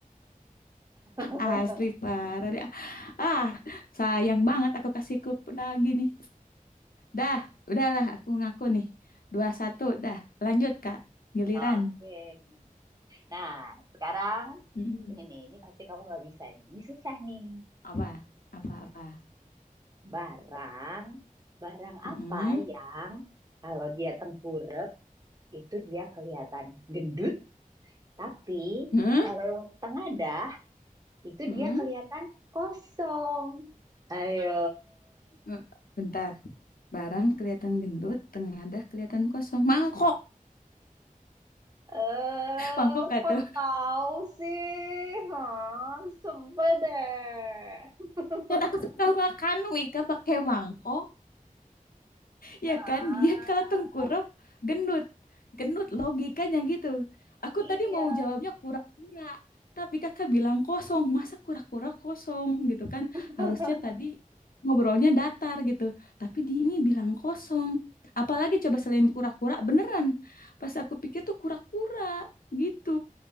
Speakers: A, on the right (about 25°); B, on the left (about 85°).
A: <laughs>
B: Asli parah deh. Ah, sayang banget aku kasih kup lagi nih. Dah, udahlah aku ngaku nih. Dua satu, dah. Lanjut Kak, giliran.
A: Oke. Nah, sekarang
B: Mm-mm.
A: ini nih, ini pasti kamu nggak bisa nih. Ini susah nih.
B: Apa? Apa-apa?
A: Barang, barang
B: Mm-mm.
A: apa yang kalau dia tengkurep itu dia kelihatan gendut, tapi
B: Mm-mm.
A: kalau tengadah itu
B: Mm-mm.
A: dia kelihatan kosong. Ayo.
B: Eh, Bentar, barang kelihatan gendut, tengadah kelihatan kosong. Mangkok,
A: Eh,
B: mangkok gak
A: kok
B: tuh?
A: tahu sih? Hah, sebel deh. <laughs>
B: Kan aku suka makan Wika pakai mangkok. Iya
A: Ah,
B: kan? <laughs> Dia kalau tengkurap gendut. Gendut logikanya gitu. Aku
A: iya,
B: tadi mau jawabnya kura-kura. Tapi kakak bilang kosong. Masa kura-kura kosong gitu kan?
A: <laughs>
B: Harusnya tadi ngobrolnya datar gitu. Tapi di ini bilang kosong. Apalagi coba selain kura-kura beneran. Pas aku pikir tuh kura-kura gitu.